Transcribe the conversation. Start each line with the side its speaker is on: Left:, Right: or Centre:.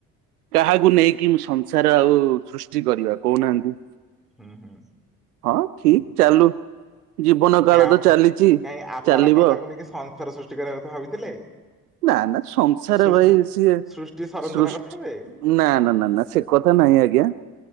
Right: କାହାକୁ ନେଇକି ମୁଁ ସଂସାର ଆଉ ସୃଷ୍ଟି କରିବା କୋହୁନାହାନ୍ତି।
Centre: ହୁଁ ହୁଁ।
Right: ହଁ ଠିକ ଚାଲୁ। ଜୀବନ କାଳ
Centre: କାଇଁ ଆପକା
Right: ତ ଚାଲିଛି
Centre: କାଇଁ ଆପଣ
Right: ଚାଲିବ
Centre: କଣ ତାଙ୍କୁ ନେଇକି ସଂସାର ସୃଷ୍ଟି କରିବା କଥା ଭାବିଥିଲେ?
Right: ନା ନା ସଂସାର
Centre: ସୃଷ୍ଟି
Right: ଭାଇ ସିଏ
Centre: ସୃଷ୍ଟି ସରଞ୍ଚନା
Right: ସୃଷ୍ଟି
Centre: କରିଥାନ୍ତେ
Right: ନା ନା ନା ନା ସେ କଥା ନାହିଁ ଆଜ୍ଞା।